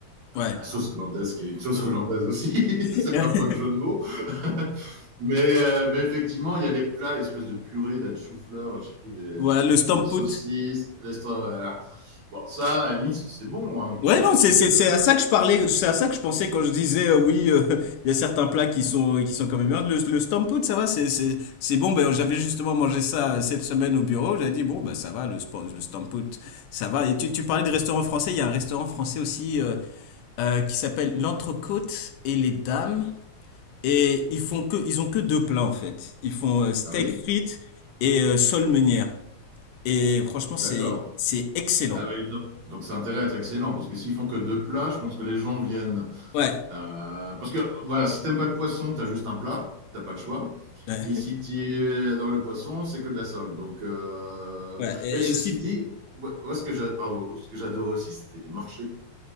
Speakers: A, on the left; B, on the right.
A: Ouais.
B: la sauce hollandaise qui est une sauce hollandaise aussi, <laughs>
A: <laughs>
B: c'est un peu le jeu de mots. <laughs> mais, euh, mais effectivement, il y a des plats, espèce de purée, là, de chou-fleur, je sais plus, les...
A: Voilà,
B: et
A: le Stamppot.
B: puis leurs saucisses, voilà. Bon, ça, à la limite, c'est c'est bon, hein, je veux
A: Ouais,
B: dire.
A: non,
B: c'est
A: c'est c'est-
B: euh,
A: c'est à ça que je parlais, c'est à ça que je pensais quand je disais euh, oui, euh, <laughs> il y a certains plats qui sont qui sont quand même bien. Le, le stampout, ça va, c'est c'est c'est bon. Ben j'avais justement mangé ça euh, cette semaine au bureau. J'avais dit bon bah ça va, le spo- le stampout, ça va. Et tu tu parlais de restaurant français. Il y a un restaurant français aussi euh, euh, qui s'appelle l'Entrecôte et les Dames. Et ils font que ils ont que deux plats en fait. Ils font euh, steak
B: Ah oui
A: frites et euh, sole meunière. Et franchement,
B: D'accord.
A: c'est c'est excellent.
B: Ah oui, donc donc ça a intérêt à être excellent, parce que s'ils font que deux plats, je pense que les gens viennent
A: Ouais,
B: Euh, parce que voilà, si t'aimes pas le poisson, t'as juste un plat, t'as pas le choix.
A: ouais,
B: Et si
A: <laughs>
B: tu adores le poisson, c'est que de la sole. Donc, euh,
A: ouais. Et,
B: mais ceci
A: et si
B: dit, moi moi, ce que j'a- pardon, ce que j'adorais aussi, c'était les marchés.